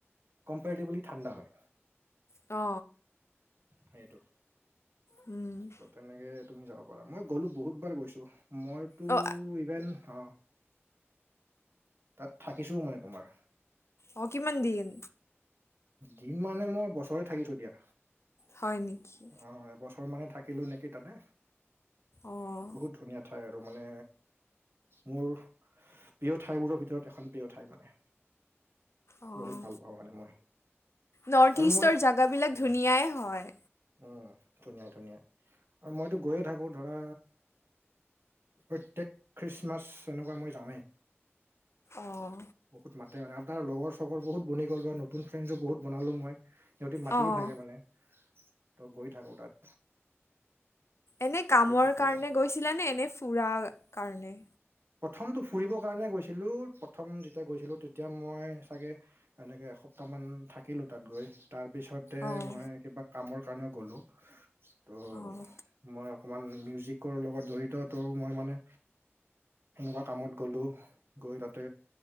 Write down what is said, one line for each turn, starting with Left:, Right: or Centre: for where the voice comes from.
Right: কম্পেৰিটিভেলি ঠাণ্ডা হয়।
Left: অ
Right: সেইটো
Left: উম
Right: ত' তেনেকে তুমি যাব পাৰা মই গ'লোঁ বহুতবাৰ গৈছোঁ মইতো
Left: অঁ
Right: ইভেন অ তাত থাকিছোও মানে তোমাৰ।
Left: অ কিমান দিন?
Right: দিন মানে মই বছৰে থাকিছো দিয়া।
Left: হয় নেকি
Right: অ এবছৰ মানে থাকিলো নেকি তাতে
Left: অঁ
Right: বহুত ধুনীয়া। ঠাই আৰু মানে মোৰ প্ৰিয় ঠাইবোৰৰ ভিতৰত এখন প্ৰিয় ঠাই মানে
Left: অঁ
Right: বহুত ভাল পাওঁ মানে মই।
Left: নৰ্থ
Right: আৰু
Left: ইষ্টাৰ
Right: মই
Left: জেগাবিলাক ধুনীয়াই হয়।
Right: উম ধুনীয়া ধুনীয়া আৰু মইতো গৈয়ে থাকো ধৰা প্ৰত্যেক খ্ৰীষ্টমাছ এনেকুৱা মই যাওৱে
Left: অঁ
Right: বহুত মাতে মানে আৰু তাৰ লগৰ চগৰ বহুত বনি গ'ল পোৰা নতুন ফ্ৰেণ্ডো বহুত বনালো মই সিহঁতি মাতিয়ে
Left: অঁ
Right: থাকে মানে। ত গৈ থাকো তাত।
Left: এনেই
Right: প্ৰত্যেক
Left: কামৰ
Right: বছৰে
Left: কাৰণে
Right: যাওঁ
Left: গৈছিলা নে নে ফুৰাৰ কাৰণে
Right: প্ৰথমটো ফুৰিবৰ কাৰণে গৈছিলোঁ প্ৰথম যেতিয়া গৈছিলোঁ তেতিয়া মই চাগে এনেকে এসপ্তাহমান থাকিলোঁ তাত গৈ তাৰপিছত তে
Left: অঁ
Right: মই কিবা কামৰ কাৰণে গলো ত'
Left: অঁ
Right: মই অকণমান মিউজিকৰ লগত জড়িত ত মই মানে সেনকা কামত গলো গৈ তাতে